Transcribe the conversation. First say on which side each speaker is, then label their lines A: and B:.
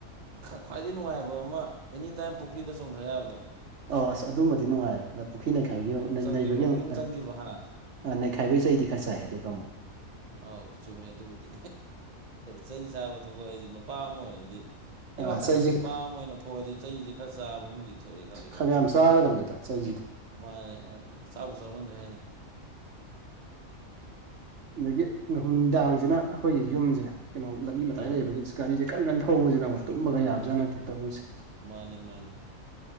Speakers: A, on the right; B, on the right.
A: ꯈ ꯈ꯭ꯋꯥꯏꯗꯒꯤ ꯅꯨꯡꯉꯥꯏꯕ ꯑꯃ ꯑꯦꯅꯤꯇꯥꯏꯝ ꯄꯨꯈ꯭ꯔꯤꯗ ꯆꯣꯡꯊ ꯌꯥꯕꯗꯣ
B: ꯑꯧ ꯑꯁ ꯑꯗꯨꯝꯕꯗꯤ ꯅꯨꯡꯉꯥꯏꯔꯦ ꯑꯗ ꯄꯨꯈ꯭ꯔꯤ ꯅꯩꯈꯥꯏꯒꯤ ꯑꯃꯨꯛ
A: ꯑꯗꯨꯝ ꯆꯪꯈꯤꯕ
B: ꯅꯩꯕꯒꯤꯃꯨꯛ
A: ꯑꯗꯨꯝ ꯆꯪꯈꯤꯕ ꯍꯥ
B: ꯑ ꯅꯩꯈꯥꯏꯕ ꯆꯩꯗꯤ ꯈꯔ ꯆꯥꯏ ꯑꯗꯨꯒ ꯑꯃꯨꯛ
A: ꯑꯥꯎ ꯆꯨꯝꯃꯦ ꯑꯗꯨꯕꯨꯗꯤ ꯆꯩ ꯆꯥꯕ ꯊꯕꯛ ꯍꯥꯏꯁꯦ ꯅꯨꯄꯥ ꯑꯃ ꯑꯣꯏꯔꯗꯤ ꯑꯩ
B: ꯑ
A: ꯋꯥꯈꯟꯗꯗꯤ
B: ꯆꯩꯁꯦ
A: ꯅꯨꯄꯥ ꯑꯃ ꯑꯣꯏꯅ ꯄꯣꯛꯑꯗꯤ ꯆꯩꯁꯤ ꯈꯔ ꯆꯥꯕ ꯑꯃꯗꯤ ꯊꯣꯛꯑꯦ ꯈꯜꯂꯤꯀꯣ
B: ꯈꯔ ꯌꯥꯝ ꯆꯥꯒꯗꯕꯅꯦꯗ ꯆꯩꯖꯤꯗꯤ
A: ꯃꯥꯅꯦ ꯍꯥꯏ ꯆꯥꯕꯨ ꯆꯥꯃꯟꯗ꯭ꯔꯦ ꯍꯥꯏꯅꯤ
B: ꯑꯗꯒꯤ ꯅꯨꯡꯗꯥꯡꯁꯤꯅ ꯑꯩꯈꯣꯏꯒꯤ ꯌꯨꯝꯁꯦ ꯀꯩꯅꯣ ꯂꯝꯕꯤ ꯃꯇꯥꯏ
A: ꯑꯥ
B: ꯂꯩꯕꯒꯤ ꯒꯥꯔꯤꯁꯦ ꯀꯟ ꯀꯟ ꯊꯧꯕꯁꯤꯅ ꯇꯨꯝꯕꯒ ꯌꯥꯕꯖꯥꯠ ꯅꯠꯇꯦ ꯇꯧꯔꯤꯁꯦ
A: ꯃꯥꯅꯦ ꯃꯥꯥꯅꯦ